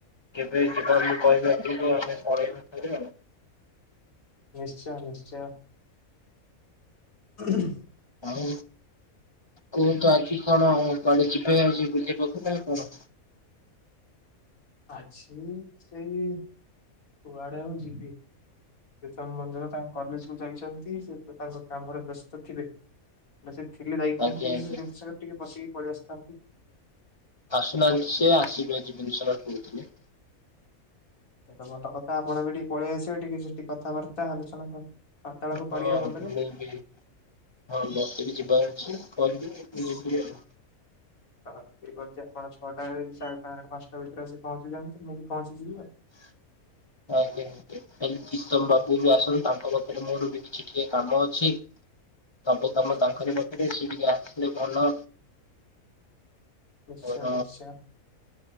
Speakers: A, on the left; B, on the left.
A: କେବେ ଯିବା ମୁଁ କହିବି ଆମେ ପଳେଇବୁିବ।
B: ନିଶ୍ଚୟ ନିଶ୍ଚୟ।
A: ଆଉ। କୁହ୍ନ୍ତୁ ଆଜି କଣ କୁଆଡେ ଯିବେ ଆଜି ବୁଲିବ ପାଖ ନା କଣ?
B: ଆଜି ସେଇ କୁଆଡେ ଆଁଉ ଯିବି। ସେତାଙ୍କ ମନ୍ଦିର ତାଙ୍କ କଲେଜ କୁ ଯାଇଛନ୍ତି ସେ ତାଙ୍କ କାମରେ ବ୍ୟସ୍ତ ଥିବେ। ସେ ଥିଲେ ଯାଇଥାନ୍ତି
A: ଆଜ୍ଞା ଆଜ୍ଞା
B: ଟିକେମତି ଟିକେ ବସିକି ପଳେଇ ଆସିଥାନ୍ତି।
A: ଆସୁନାଜି ସେ ଆସିବେ ଆଜି ବିନଶନା କରୁଥିଲେ।
B: ଏଟ ବଡ କଥା ଆପଣ ବି ଟିକେ ପଳେଇ ଆସିବ ଟିକେ ସେଠିକେ କଥାବାର୍ତ୍ତା ଆଲୋଚନା। ବାର୍ତ୍ତାଳାପ
A: ହଁ
B: କରିବା ଭଲରେ
A: ମି ବି ହଁ ମତେ ବି ଯିବା କଇ ଥି ନିବିଡ଼।
B: ତ ଏ ଠିକ୍ ଅଛି ଆପଣ ଛଅଟା ସାଢେ ପାଞ୍ଚ ପାଞ୍ଚଟା ଭିତରେ ଆସି ପହଞ୍ଚି ଯାଆନ୍ତୁ ମୁଁ ବି ପହଞ୍ଚିଯିବି ଆଉ।
A: <unintelligible> ଆଜ୍ଞା ଆ ଖାଲି କୀତମ ବାବୁ ଜୁ ଆସିଛନ୍ତି ତାଙ୍କ ପାଖରେ ମୋର ବି କିଛି ଟିକେ କାମ ଅଛି। ତମେ ତମ
B: ଆଚ୍ଛା
A: ତାଙ୍କରି
B: ଆଚ୍ଛା
A: ମତରେ ସେ ଟିକେ ଆସିଲେ ଭଲ।
B: ନିଶ୍ଚୟ
A: ମୋର
B: ନିଶ୍ଚୟ।